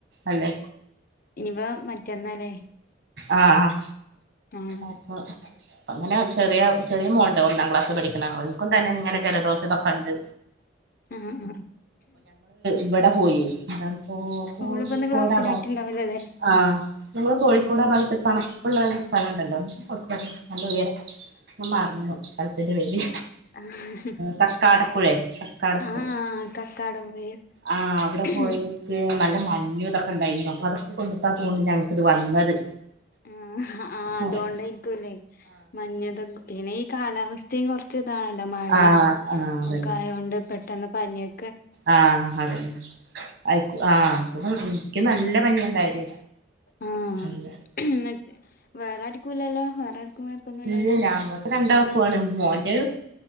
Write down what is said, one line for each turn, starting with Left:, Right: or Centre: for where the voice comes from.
Right: അല്ലെ
Left: ഇനിവ മറ്റന്നാല്ലേ
Right: ആഹ്
Left: ആഹ്
Right: അപ്പ അങ്ങനെ ചെറിയ ചെറിയ മോള്ണ്ട ഒന്നാ ക്ലാസ്സി പഠിക്കണ ഓനിക്കും തന്നെ ഇങ്ങനെ ജലദോഷ ഇതൊക്കെണ്ട്
Left: ആഹ് ആ
Right: ഇവിടെ പോയി ഇനിപ്പോ കോഴിക്കോടാഭാ
Left: ഓളിപ്പോ ഇന്ന് ക്ലാസ്സിന് പോയിട്ടുണ്ടാവില്ലല്ലേ
Right: ആഹ് നമ്മള് കോഴിക്കോട് ആ ഭാഗത്ത് തണുപ്പുള്ള ഒരുസ്ഥലണ്ടല്ലോ നല്ല ഉയരം ഞാമറന്നു സ്ഥലത്തിന്റെ പേര്
Left: ആഹ്
Right: കക്കാടപ്പുഴെ തക്കാടപ്പുഴ
Left: ആഹ് കക്കാടം
Right: ആഹ് അവിടെ
Left: പൊയിൽ
Right: പോയി നല്ല മഞ്ഞു ഇതൊക്കെ ഇണ്ടായിന്നു അപ്പൊ അതൊക്കെ കൊണ്ടിട്ടാതോന്ന്ണ്ട് ഞങ്ങക്ക് ഇത് വന്നത്
Left: ആഹ് അതൊണ്ടായിരിക്കുല്ലേ
Right: ആഹ്
Left: മഞ്ഞുതൊ പിന്നെ ഈ കാലാവസ്ഥയും കൊറച്ച് ച്ചിതാണല്ലോ മഴയും
Right: ആഹ് ആഹ് അതന്നെ
Left: ഒക്കെ ആയൊണ്ട് പെട്ടെന്ന് പനിയൊ
Right: ആഹ് അതെ ഐക്കു ആഹ് എനിക്ക് നല്ല പനിയോണ്ടായത്
Left: ആഹ്
Right: നല്ല
Left: എന്നിട്ട് വേറാരിക്കു ഇല്ലാല്ലൊ വേറെ കുഴപ്പൊന്നുംല്ലല്ലോ
Right: ഇല് ഞങ്ങ രണ്ടാക്കുവാണ് മോന്റെ